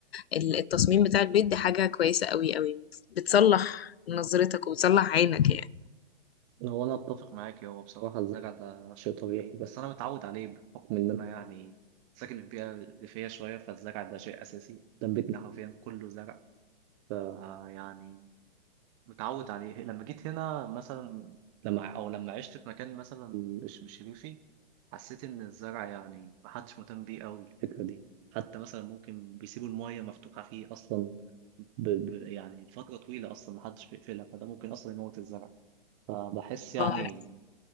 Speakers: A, on the left; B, on the right.
A: ال- التصميم بتاع البيت دي حاجه كويسه قوي قوي بتصلح نظرتك وبتصلح عينك يعني
B: هو انا اتفق معاك هو بصراحة بصراحه الزرع ده شيء طبيعي بس بس أنا متعود عليه بحكم إن من أنا يعني ساكن في بيئة ريفية شوية فالزرع ده شيء أساسي قدام بيتنا ده حرفيا كله زرع آه يعني متعود عليه لما جيت هنا مثلا لما او لما عشت في مكان مثلا مش مش ريفي حسيت ان الزرع يعني محدش مهتم بيه قوي الفكره دي حتى مثلا ممكن بيسيبوا المايه مفتوحه فيه اصلا ب... ب... يعني فتره طويله اصلا محدش بيقفلها فده ممكن اصلا يموت الزرع فبحس يعني
A: آه.